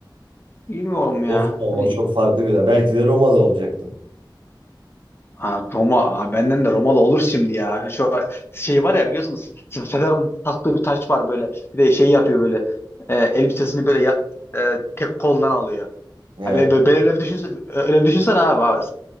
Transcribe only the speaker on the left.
bilmiyorum ya.
Hani
Aa, Roma Aa, benden de Romalı olur şimdi ya. Şu şey var ya biliyorsunuz Se- Sezar'ın taktığı bir taç var böyle. Bir de şey yapıyor böyle e, elbisesini böyle ya- e, tek koldan alıyor.
Ha, ben, ben öyle bir düşünsen öyle bir düşünsen abi.